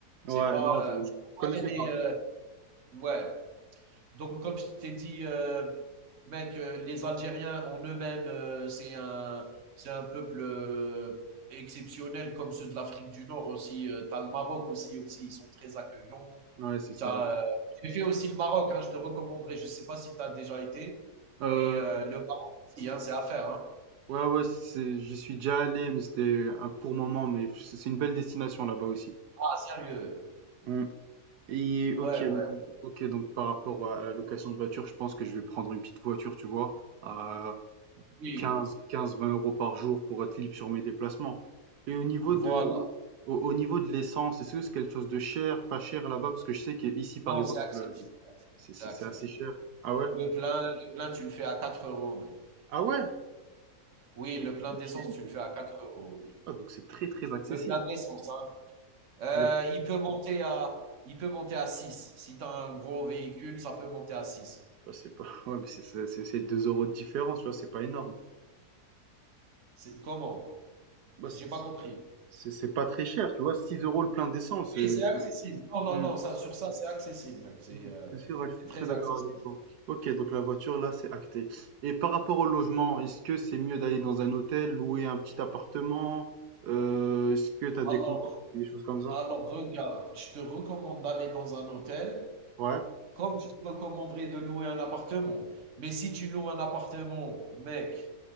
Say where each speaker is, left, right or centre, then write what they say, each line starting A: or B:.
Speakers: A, on the right; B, on the right.
A: Ouais,
B: C'est pas,
A: non, je,
B: euh, je crois
A: je connaissais
B: pas qu'il
A: pas.
B: y a des, euh, ouais, donc, comme je t'ai dit, euh, mec, euh, les Algériens en eux-mêmes, euh, c'est un, c'est un peuple euh, exceptionnel, comme ceux de l'Afrique du Nord aussi. Euh, T'as le Maroc aussi, aussi, ils sont très accueillants.
A: Ouais, c'est ça.
B: T'as, euh, j'ai fait aussi le Maroc, hein, je te recommanderais. Je ne sais pas si tu as déjà été,
A: Euh,
B: mais euh, le Maroc aussi, hein, c'est à faire. Hein.
A: ouais, ouais, c'est, c'est- j'y suis déjà allé, mais c'était un court moment, mais c'est c'est une belle destination là-bas aussi.
B: Ah, sérieux?
A: Mmh. Et
B: Ouais,
A: ok,
B: ouais,
A: donc, ok, donc par rapport à la location de voiture, je pense que je vais prendre une petite voiture, tu vois, à
B: oui.
A: quinze quinze 20 euros par jour pour être libre sur mes déplacements. Et au niveau
B: Voilà.
A: de, au, au niveau de l'essence, est-ce que c'est quelque chose de cher, pas cher là-bas? Parce que je sais qu'ici, par
B: Non,
A: exemple,
B: c'est accessible.
A: c'est
B: C'est
A: c'est-
B: accessible.
A: c'est assez cher. Ah ouais?
B: Le plein, le plein, tu le fais à 4 euros, mec.
A: Ah ouais?
B: Oui, le plein
A: Ok.
B: d'essence, tu le fais à 4 euros, oui.
A: Ah, donc c'est très très accessible.
B: Le plein d'essence, hein. Euh,
A: Le...
B: il peut monter à, il peut monter à 6. Si tu as un gros véhicule, ça peut monter à six.
A: Bah, c'est pas... <laughs> ouais, mais c'est c'est- c'est- c'est 2 euros de différence, tu vois, c'est pas énorme.
B: C'est comment?
A: Bah, c'est
B: J'ai
A: c'est-
B: pas compris.
A: c'est- c'est pas très cher, tu vois, 6 euros le plein d'essence.
B: Oui,
A: euh,
B: c'est
A: Je...
B: accessible. Non, non,
A: Hmm,
B: non, ça, sur ça, c'est accessible, mec. C'est
A: hmm,
B: euh,
A: c'est sûr, ouais, je suis
B: c'est très
A: tout à fait d'accord
B: accessible.
A: avec toi. Ok, donc la voiture, là, c'est acté. Et par rapport au logement, est-ce que c'est mieux d'aller dans un hôtel, louer un petit appartement? Euh, est-ce que t'as des
B: Alors,
A: comptes, des choses comme ça?
B: alors, regarde, je te recommande d'aller dans un hôtel.
A: Ouais,
B: Comme je te recommanderais de louer un appartement. Mais si tu loues un appartement, mec,